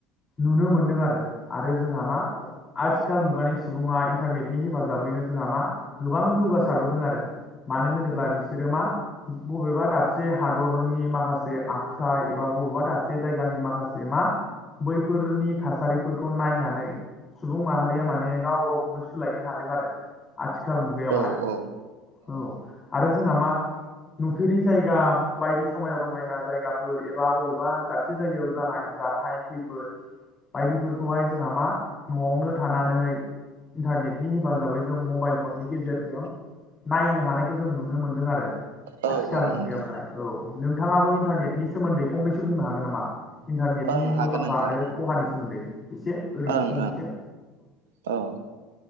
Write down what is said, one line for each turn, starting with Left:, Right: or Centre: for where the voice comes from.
Left: नुनो मोनदों आरो आरो जोंहा मा आथिखाल मुगानि सुबुङा इन्टारनेटनि हेफाजाबैनो जोंहा मा गोबां जौगासारबोदों आरो मानो होनोब्ला बिसोरो मा बबेबा दाबसे हादरनि माखासे आखुथाइ एबा बबेबा दाबसे जायगानि माखासे मा बैफोरनि थासारिफोरखौ नायनानै सुबुं माहारिया माने गाव गावखौनो सोलायनो हादों आरो आथिखाल मुगायावहाय
Right: औ
Left: औ आरो जोंहा मा नुफेरि जायगा बायदि समायना-रमायना जायगा फोर एबा बबेबा दाबसे जायगायाव जानाय जाथाय खैफोद बायदिफोरखौहाय जोंहा मा न'आवनो थानानै इन्थारनेटनि हेफाजाबै जों मबाइल फननि गेजेरजों नायनो हानायखौ जों नुनो मोनदों आरो
Right: ओं औ
Left: आथिखाल मुगायावहाय
Right: नोंथां
Left: औ नोंथाङाबो इन्थारनेटनि सोमोन्दै फंनैसो बुंनो हागोन नामा? इन्थारनेटनि
Right: ओं हागोन
Left: मुलाम्फा
Right: नोंथां
Left: आरो खहानि सोमोन्दै एसे ओरैनो
Right: ओं
Left: फंनैसो
Right: औ